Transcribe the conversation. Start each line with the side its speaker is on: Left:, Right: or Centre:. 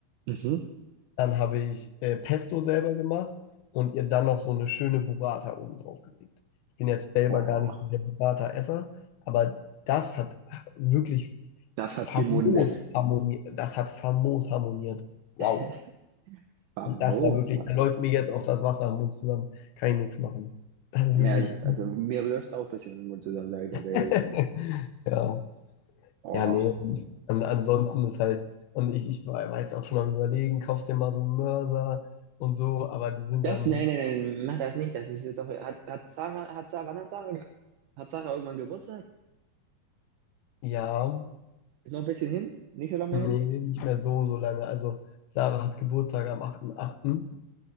Right: Mhm.
Left: Dann habe ich äh, Pesto selber gemacht und ihr dann noch so eine schöne Burrata oben drauf gelegt. Ich bin jetzt selber
Right: Oh,
Left: gar nicht so der Burrata-Esser, aber das hat wirklich
Right: das hat
Left: famos
Right: gemundet.
Left: harmoniert. Das hat famos harmoniert. Wow.
Right: <laughs> Famos
Left: Und das war wirklich,
Right: war
Left: da
Right: das.
Left: läuft mir jetzt auch das Wasser am Mund zusammen. Kann ich nichts machen. Das ist
Right: Ja,
Left: wirklich
Right: das, also mir läuft auch ein bisschen den Mund zusammen, sage ich tatsächlich.
Left: <laughs> Ja.
Right: Oh,
Left: Ja, nee. An, ansonsten ist halt, und ich, ich war, war jetzt auch schon mal am überlegen, kaufst dir mal so Mörser und so, aber die sind
Right: das,
Left: dann,
Right: nee, nee, nee, nee, mach das nicht. Das ist jetzt auch, hat, hat Sarah, hat Sarah, wann hat Sarah, ge- hat Sarah irgendwann Geburtstag?
Left: ja,
Right: Ist noch ein bisschen hin? Nicht so lange mehr
Left: nee,
Right: hin?
Left: nicht mehr so, so lange. Also Sarah hat Geburtstag am 8.8.